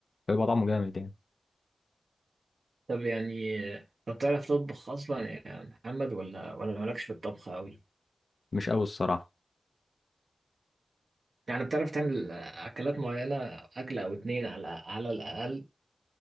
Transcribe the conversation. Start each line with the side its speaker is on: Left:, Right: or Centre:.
Left: فيبقى طعمه جامد يعني
Right: طب يعني طب تعرف تطبخ اصلا يا محمد ولا ولا مالكش في الطبخ قوي
Left: مش قوي الصراحه
Right: يعني بتعرف تعمل أكلات معينة أكلة أو اتنين على على الأقل